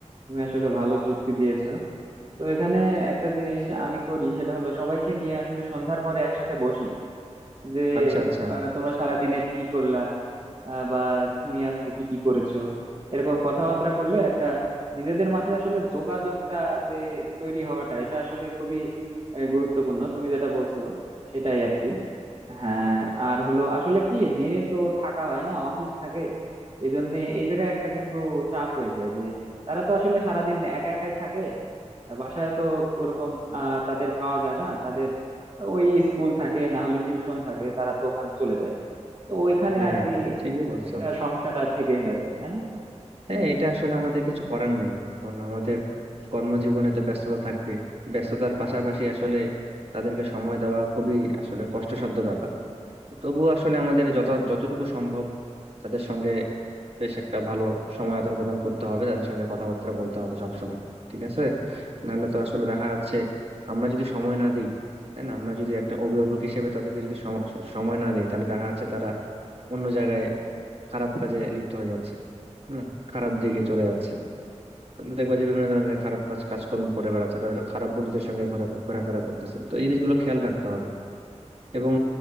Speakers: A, on the right; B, on the right.
A: তুমি আসলে ভালো যুক্তি দিয়েছো তো এখানে একটা জিনিস আমি করি সেটা হলো সবাইকে নিয়ে আসলে সন্ধ্যার পরে একসাথে বসি যে
B: আচ্ছা আচ্ছা
A: আহ, তোমরা সারাদিনে কি করলা আহ, বা তুমি আজকে কি কি করেছো এরকম কথাবার্তা করলে একটা নিজেদের মাঝে আসলে যোগাযোগটা যে তৈরি হওয়াটা এটা আসলে খুবই আহ, গুরুত্বপূর্ণ তুমি যেটা বলছো সেটাই আর কি হ্যাঁ আর হলো আসলে কি দিনে তো থাকা হয় না অফিস থাকে এই জন্য এই জায়গায় একটা কিন্তু চাপ হয়ে যায় যে তারা তো আসলে সারাদিন একা একাই থাকে বাসায় তো ওরকম আহ তাদের পাওয়া যায় না তাদের ওই স্কুল থাকে না হলে টিউশন থাকে তারা তো ওখানে চলে যায় তো ওইখানে
B: হ্যাঁ
A: আর কি
B: ঠিকই বলছো
A: একটা সমস্যাটা থেকেই যাচ্ছে তাই না
B: হ্যাঁ এটা আসলে আমাদের কিছু করার নেই কারণ আমাদের কর্মজীবনে তো ব্যস্ততা থাকবে ব্যস্ততার পাশাপাশি আসলে তাদেরকে সময় দেওয়া খুবই আসলে কষ্টসাধ্য ব্যাপার তো তবুও আসলে আমাদের যত যতটুকু সম্ভব তাদের সঙ্গে বেশ একটা ভালো সময় আদান প্রদান করতে হবে তাদের সঙ্গে কথাবার্তা বলতে হবে সবসময় ঠিক আছে নাহলে তো আসলে দেখা যাচ্ছে আমরা যদি সময় না দিই তাই না আমরা যদি একটা অভিভাবক হিসেবে তাদেরকে যদি সম- সময় না দিই তাহলে দেখা যাচ্ছে তারা অন্য জায়গায় খারাপ কাজে লিপ্ত হয়ে যাচ্ছে না খারাপ দিকে চলে যাচ্ছে দেখবা যে বিভিন্ন ধরনের খারাপ কাজ কাজকর্ম করে বেড়াচ্ছে তাদের খারাপ বন্ধুদের সঙ্গে ঘোরা ঘোরাফেরা করতেছে তো এই জিনিসগুলো খেয়াল রাখতে হবে এবং